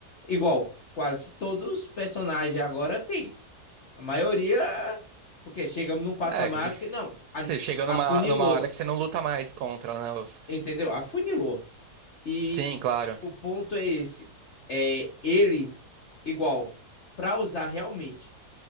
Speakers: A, on the left; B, on the right.
A: igual quase todos os personagens agora tem. A maioria, porque chegamos num patamar
B: É, que
A: que não, a-
B: você chega numa,
A: afunilou,
B: numa hora que você não luta mais contra, né? os-
A: entendeu? Afunilou. E
B: Sim, claro.
A: o ponto é esse, é ele igual para usar realmente